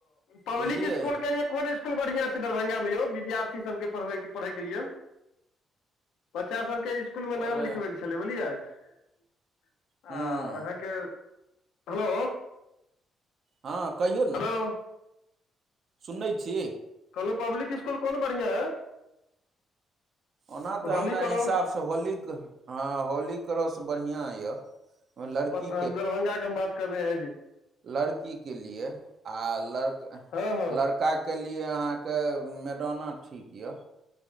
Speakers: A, on the left; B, on the right.
A: पब्लिक
B: बुझलियै
A: स्कुल के लि कोन बढ़ियां छै दरभंगा मे यौ विद्यार्थी सबके पढ़बै पढ़ै के लिए बच्चा सबके स्कूल मे
B: पर
A: नाम लिखबैके छलै बुझलियै आ
B: हूँ
A: अहाँके हेलो
B: हँ कहियौ ने
A: हेलो
B: सुनैत छी
A: कहलहुँ पब्लिक स्कूल कोन बढ़िआं है
B: ओना तऽ
A: होली
B: हमरा
A: क्रॉस
B: हिसाबसँ होलीक हँ होली क रस बढ़िआँ यए लड़की
A: हम दरभंगा के बात कर रहे है
B: लड़की के लिए लड़का
A: हँ हँ
B: पक्काके लिए अहाँके मैदाना ठीक यऽ